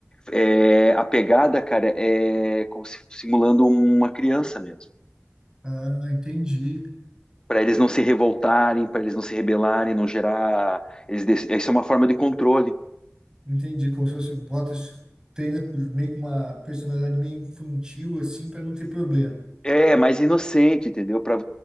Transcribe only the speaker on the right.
Ah, entendi.
Entendi. Como se fosse bota, treina com- meio com uma personalidade meio infantil, assim, pra não ter problema.